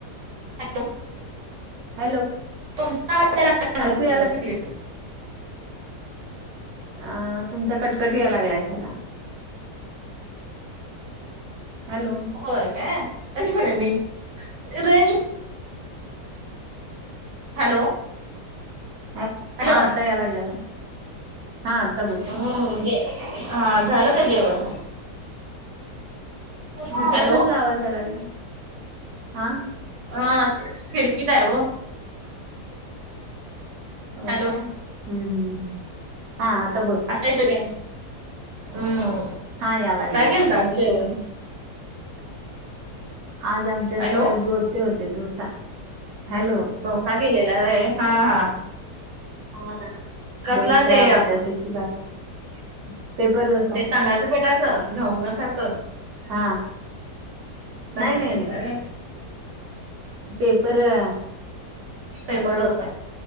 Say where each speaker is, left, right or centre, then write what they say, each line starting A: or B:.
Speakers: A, on the right; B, on the right.
A: हॅलो!
B: हॅलो!
A: तुमचा आवाज जरा अडकतो,
B: ऐकू या लागले
A: क्लिअर
B: अ तुमचा कटकट याय लागलाय सगळा. हॅलो!
A: होय, काय <unintelligible> मी रेंज हॅलो!
B: हा,
A: हॅलो
B: आता याय लागलाय हा आता बोल.
A: हो म्हणजे, झाल का जेवण? हॅलो!
B: दुसरा कसला आवाज याय लागला हा
A: हा खिडकीत हाय ओ.
B: होय
A: हॅलो
B: काय, हम्म हम्म हा आता बोल.
A: देतो घ्या, हम,
B: हा या लागला
A: काय
B: या
A: केलता
B: लागला
A: <unintelligible> जेवण?
B: आज आमच्यात
A: हॅलो
B: डोसे होते डोसा हँलो!
A: डोसा केलेला होय हा हा.
B: हा
A: कसला
B: डोसा,
A: ते
B: बटाट्याची भाजी पेपर डोसा.
A: ते तांदळाच्या पिठाचं घावना सारखं.
B: हा
A: तस
B: नाही
A: केलता
B: नाही नाही
A: होय.
B: पेपर --
A: पेपरडोसा.